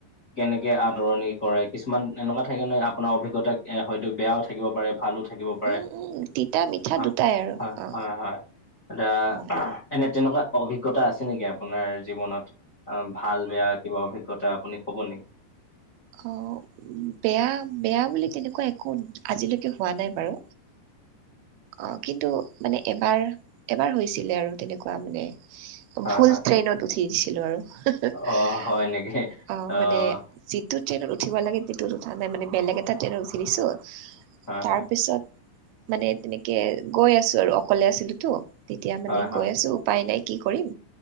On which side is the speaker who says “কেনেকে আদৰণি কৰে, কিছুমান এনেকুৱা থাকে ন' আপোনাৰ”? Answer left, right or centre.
Left